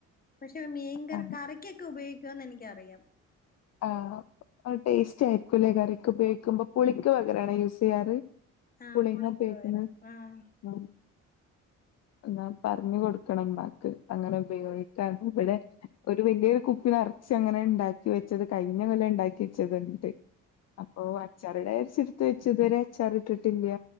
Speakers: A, on the left (about 30°); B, on the left (about 60°).
A: പക്ഷെ മീൻങ്കർ
B: ആഹ്
A: കറിക്കൊക്കെ ഉപയോഗിക്ക <unintelligible> എനിക്കറിയാം
B: ആ അഹ് ടേസ്റ്റ് ആയിരിക്കൂല്ലേ കറിക്ക് ഉപയോഗിക്കുമ്പോ പുളിക്ക് പകരാണോ യൂസെയ്യാറ്
A: ആഹ്
B: പുളിങ്ങ
A: പുളിക്ക്
B: പേക്കന്ന്
A: പകരം ആഹ്
B: ആ എന്നാ പറഞ്ഞു കൊടുക്കണം ഇമ്മാക് അങ്ങനെ ഉപയോഗിക്കാൻ ഇവിടെ ഒരു വലിയൊരു കുപ്പി നർച് അങ്ങനെ ഉണ്ടാക്കി വെ ചത് കഴിഞ്ഞ കൊല്ലം ഉണ്ടാക്കി വെച്ചത്ണ്ട് അപ്പൊ അച്ചാറിടെ വിചാരിച്ച് ഇട്ത്ത് വെച്ചത് ഇത് വരെ അച്ചാർ ഇട്ടിട്ടില്ല